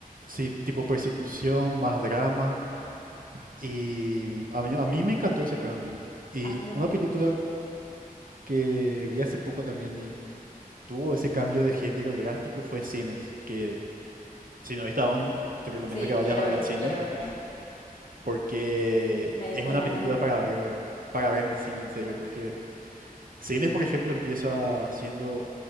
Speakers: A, on the right; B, on the left.
A: sí, tipo persecución, más drama, y a mí, a mí me encantó ese cambio. Y
B: a mí me
A: una
B: gustó
A: película
B: mucho también.
A: que vi hace poco también y tuvo ese cambio de género drástico fue Sinners, que... Si no viste aún, te recomiendo
B: Sí,
A: que vayas
B: quiero
A: a ver
B: ver,
A: al cine
B: quiero ver.
A: porque
B: Me diste
A: es una
B: ganas
A: película
B: de ver.
A: para ver, para ver en el cine, en serio. Porque Cines, por ejemplo, empieza siendo